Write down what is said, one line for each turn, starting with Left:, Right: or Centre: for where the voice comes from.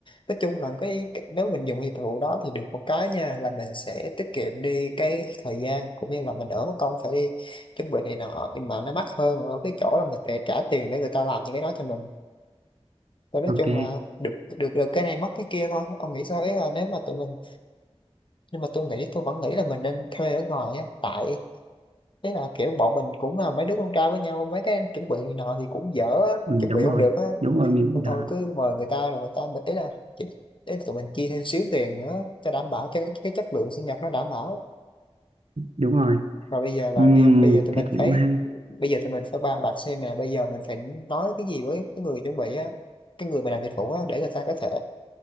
Left: nói chung là cái cái- nếu mình dùng dịch vụ đó thì được một cái nha là mình sẽ tiết kiệm đi cái thời gian cũng như là mình đỡ mất công phải đi chuẩn bị này nọ nhưng mà nó mắc hơn ở cái chỗ là mình phải trả tiền để người ta làm những cái đó cho mình Và nói
Right: Ok,
Left: chung là được được được cái này mất cái kia thôi ông nghĩ sao ấy là nếu mà tụi mình nhưng mà tôi nghĩ tôi vẫn nghĩ là mình nên thuê ở ngoài á tại thế là kiểu bọn mình cũng là mấy đứa con trai với nhau mấy cái chuẩn bị này nọ thì cũng dở á,
Right: ừ,
Left: chuẩn
Right: đúng
Left: bị không
Right: rồi.
Left: được á
Right: Đúng rồi, mình cũng
Left: không
Right: đã.
Left: thôi cứ mời người ta rồi người ta mình ý là chỉ- ý là tụi mình chi thêm xíu tiền nữa cho đảm bảo cho cái, cái chất lượng sinh nhật nó đảm bảo
Right: Đúng rồi.
Left: rồi bây giờ là
Right: Ừm,
Left: bây giờ, bây giờ tụi
Right: thế
Left: mình
Right: thì
Left: phải
Right: cũng hay.
Left: bây giờ tụi mình phải bàn bạc xem nè bây giờ mình phải nói cái gì với cái người chuẩn bị á cái người mà làm dịch vụ á để người ta có thể